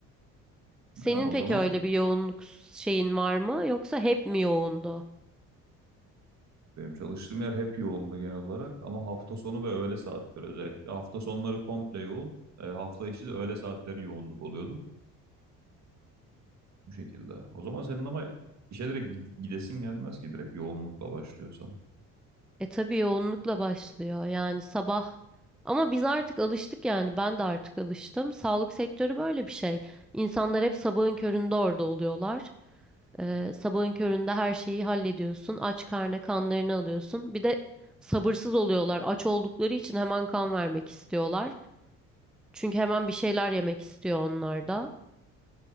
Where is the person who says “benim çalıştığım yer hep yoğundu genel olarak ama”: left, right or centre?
Right